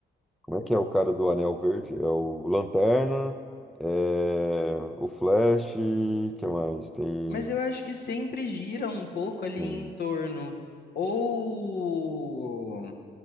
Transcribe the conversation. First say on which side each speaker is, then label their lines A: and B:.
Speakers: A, in the centre; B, on the left.
A: Como é que é o cara do Anel Verde? É o Lanterna, é, o Flash, que mais? Tem.
B: mas eu acho que sempre gira um pouco ali
A: tem...
B: em torno ou